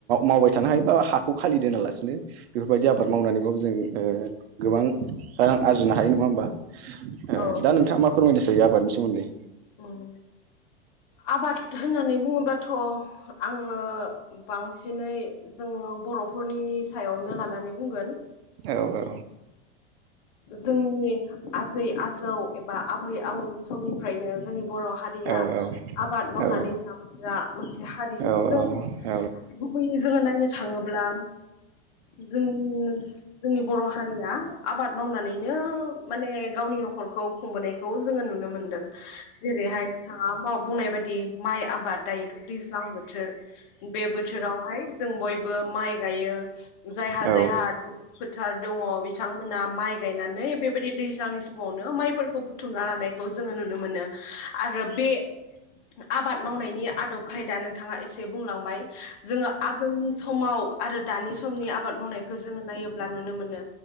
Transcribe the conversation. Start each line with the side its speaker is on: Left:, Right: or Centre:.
Right: मावबाय खिथानो हायो बा हाखौ खालि दोनालासिनो बेफोरबायदि आबाद मावनानैबाबो जों ओ गोबां आ आं आरजिनो हायो नङा होमबा ओ
Left: औ
Right: दा नोंथाङा मा फोरमायनोसायो आबादनि सोमोन्दै
Left: उम आबाद होननानै बुङोबाथ' आङो बांसिनै जों बर'फोरनि बेनि सायावनो लानानै बुंगोन
Right: औ औ
Left: जोंनि आजै आजौ एबा आबै आबौनि समनिफ्रायनो जोंनि बर' हादिया
Right: नंगौ
Left: आबाद मावनानै
Right: औ
Left: जाबोग्रा मोनसे हारि
Right: औ
Left: जों गुबैयै जोङो नायनो थाङोब्ला जों जोंङस जोंनि बर' हारिया आबाद मावनानैनो माने गावनि न'खरखौ खुंबोनायखौ जोङो नुनो मोनदों। जेरैहाय नोंथाङा बाव बुंनाय बाददि माइ आबाद दायोथ' दैज्लां बोथोर बे बोथोर बेवावहाय जों बयबो माइ गायो जायहा
Right: औ
Left: जायहा दुब्लि फोथार दङ बिथांमोन माइ गायनानै बेबायदि दैज्लांनि समावनो माइफोरखौ बुथुमना लानायखौ जोङो नुनो मोनो। आरो बे आबाद मावनायनि आदब खायदा नोंथाङा एसे बुंलांबाय। जोङो आगोलनि समाव आरो दानि समनि आ आबाद मावनायखौ जोङो नायोब्ला नुनो मोनो